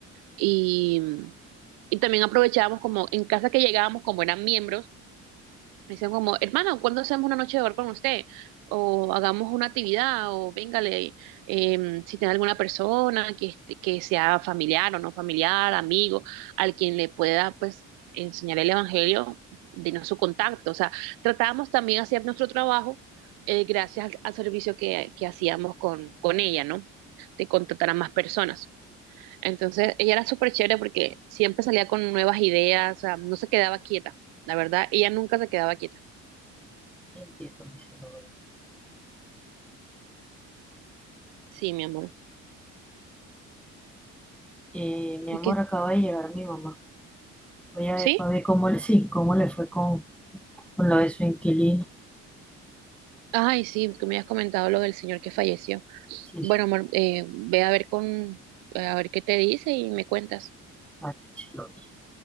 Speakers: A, on the right; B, in the centre.
A: Y, y también aprovechábamos como en casa que llegábamos, como eran miembros Dicen como, hermano, ¿cuándo hacemos una noche de bar con usted? O hagamos una actividad, o véngale, em, si tiene alguna persona que, est- que sea familiar o no familiar, amigo, al quien le pueda, pues, enseñar el evangelio, denos su contacto. O sea, tratábamos también de hacer nuestro trabajo eh, gracias al, al servicio que, que hacíamos con, con ella, ¿no? De contratar a más personas. Entonces, ella era súper chévere porque siempre salía con nuevas ideas, o sea, no se quedaba quieta. La verdad, ella nunca se quedaba quieta.
B: Entiendo mi celular.
A: Sí, mi amor.
B: Eh, mi
A: ¿Y
B: amor,
A: qué?
B: acaba de llegar mi mamá. Voy a
A: ¿Sí?
B: ver para ver cómo le, sí, cómo le fue con, con lo de su inquilino.
A: Ay, sí, tú me has comentado lo del señor que falleció.
B: Sí,
A: Bueno,
B: sí,
A: amor, eh, ve a ver con, a ver qué te dice y me cuentas.
B: vale, sí lo vi.